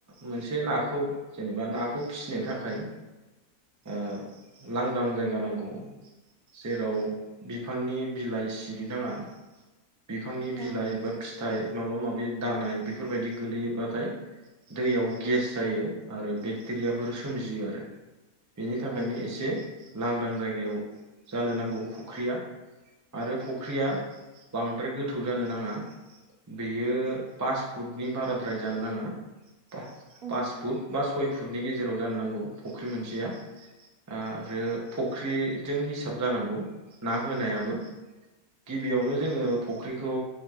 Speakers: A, on the right; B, on the right.
A: मोनसे नाखौ जेनेबा नाखौ फिसिनो थाखाय ओ लांदां जायगा नांगौ जेराव बिफांनि बिलाइ सिरिनाङा बिफांनि
B: औ
A: बिलाइ बा फिथाइ माबा माबि दानाय बेफोरबायदि गोलैयोबाथाय दैयाव गेस जायो आरो बेक्टेरियाफोर सोमजियो आरो। बेनि थाखायनो
B: औ
A: एसे लांदां जायगायाव जानो नांगौ फुख्रिया। आरो फख्रिया बांद्राय गोथौ जानो नाङा। बेयो पास फुटनि बाराद्राय जानो नाङा। पा
B: औ
A: पास फुट बा सय फुटनि गेजेराव जानो नांगौ फख्रि मोनसेया। आरो फुख्रिजों हिसाब जानांगौ ना होनायाबो। गिबियावनो जोंङो फख्रिखौ